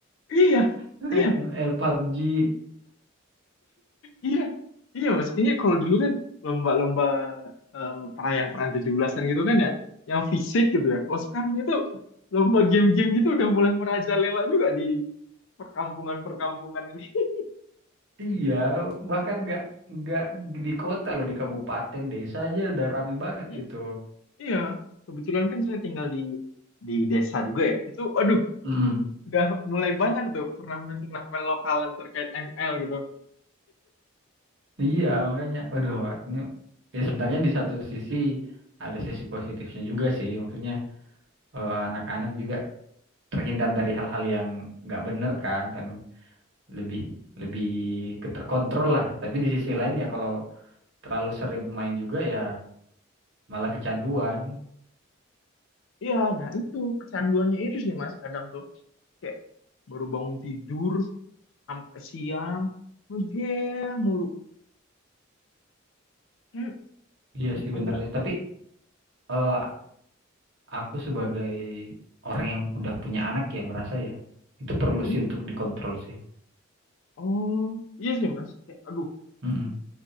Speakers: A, on the left; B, on the right.
A: Iya,
B: <laughs>
A: iya.
B: ML PUBG.
A: Iya, iya mas. Ini kalau dulu kan lomba-lomba eh, perayaan-perayaan 17-an gitu kan ya, yang fisik gitu ya. Kalau sekarang itu lomba game-game gitu udah mulai merajalela juga di perkampungan-perkampungan ini. <laughs>
B: Iya, bahkan nggak nggak di kota loh di kabupaten desa aja udah rame banget
A: Hmm,
B: itu.
A: Iya, kebetulan kan saya tinggal di di desa juga ya. Itu, aduh,
B: Mm-mm.
A: udah mulai banyak tuh turnamen-turnamen lokalan terkait ML gitu.
B: Iya, makanya waduh ini ya sebenarnya di satu sisi ada sisi positifnya juga sih. Maksudnya eh, anak-anak juga terhindar dari hal-hal yang nggak bener kan kan lebih lebih keterkontrol lah tapi di sisi lain ya kalau terlalu sering main juga ya malah kecanduan
A: Iya, nah itu kecanduannya itu sih mas. Kadang tuh kayak baru bangun tidur sampai siang, game, mulu. <laughs>
B: iya sih
A: agak
B: benar sih tapi eh, aku sebagai orang yang udah punya anak ya merasa ya itu perlu
A: hmm?
B: sih untuk dikontrol sih
A: oh iya sih mas kayak aduh
B: Mm-mm.